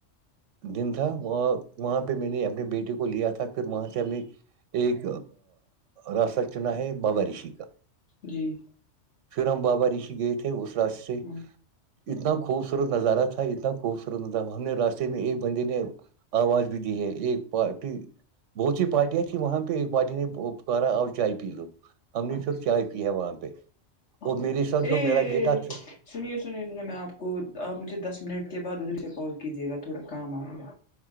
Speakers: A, on the right; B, on the left.
A: دن تھا وہ وہاں پہ میں نے اپنے بیٹے کو لیا تھا پھر وہاں سے ہم نے ایک راست چنا ہے بابا رشی کا
B: جی
A: پھر ہم بابا رشی گئے تھے اس راستے سے
B: ہ
A: اتنا خوبصورت نظارہ تھا اتنا خوبصورت نظہ ہم نے راستے میں ایک بندے نے آواز بھی دی ہے ایک پارٹی بہت سی پارٹیاں تیں وہاں پہ ایک پارٹی نے پکارا اور چائے پی لو ہم نے
B: اچھا
A: ش چائے پی ہے وہاں پہ
B: ہاں
A: اور میرے ساتھ
B: ارے
A: جو میرا بیٹا تھاے
B: سنیے سنیے سنیے میں آپ کو آپ مجھے دس منٹ کے بعد ادھر سے کال کیجیے گا تھوڑا کام آ گ ہے